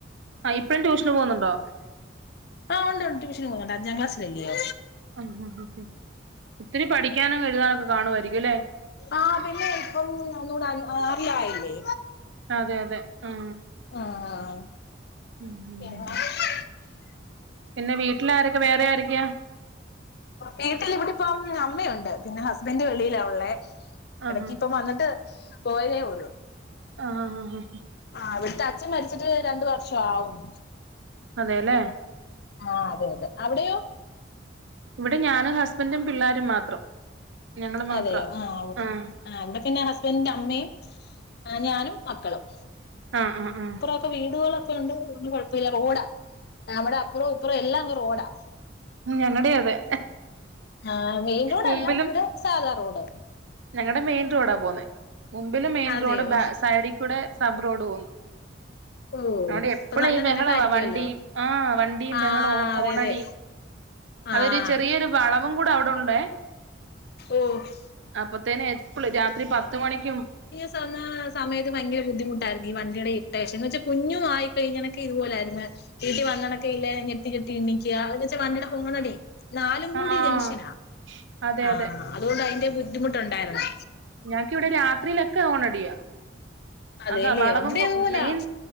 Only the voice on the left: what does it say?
ആഹ് ഉണ്ട് ട്യൂഷന് പോകുന്നുണ്ട് അഞ്ചാം ക്ലാസ്സൽ അല്ലയോ
ആഹ പിന്നെ ഇപ്പം ഒന്നൂടെ അൻ ആറിലായിലേ
ആഹ്
<inaudible>
വീട്ടില് ഇവിടിപ്പം അമ്മയുണ്ട് പിന്നെ ഹസ്ബന്റ് വെളിയിലാ ഉള്ളെ
എടക്ക് ഇപ്പം വന്നട്ട് പോയതെ ഉള്ളൂ
ആ അവിട്ത്തെ അച്ഛൻ മരിച്ചിട്ട് രണ്ട് വർഷം ആവും
ആ അതെ തെ അവിടെ
അതെയോ ആഹ ഔ
അവിടെ തന്നെ ഹസ്ബന്റിന്റെ അമ്മയും ആ ഞാനും മക്കളും
ഒക്കെ വീടുകളൊക്കെ ഉണ്ട് ഒന്നു കൊഴപ്പൊന്നില്ല റോഡാ ഇവ്ടെ അപ്പുറം ഉപ്പുറം എല്ലാം റോഡാ
ആഹ മെയിൻ റോഡ്ല്ല
നമ്മടെ സാധാ റോഡ്
അതെയോ
ഓഹ്
ഇപ്പൊ നല്ല
തിരക്കായിരിക്കുവല്ലോ
ആഹ്
അതെ
അതെ ആഹ്
ഓസ്
<unintelligible> ആ സമയത്ത് ഭയങ്കര ബുദ്ധിമുട്ടായിരുന്നു ഈ വണ്ടിയുടെ ഇറിട്ടേഷൻ എന്ന് വച്ച കുഞ്ഞു ആയി കഴിഞ്ഞൊക്കെ ഇതുപോലെയായിരുന്നേ വീട്ടി വന്നന്നൊക്കെയില്ലെ ഞെട്ടി ഞെട്ടി എണീക്ക്യാ അവ്ന്ന് വച്ചാ വണ്ടിയിടെ ഹോണടി നാലും കൂടി
ജംഗ്ഷനാ
ആഹ്
അതുകൊണ്ട് അയിന്റെ ബുദ്ധിമുട്ടുണ്ടായിരുന്നു
അതേല്ലിയോ
ഇവിടെ അതുപോലാ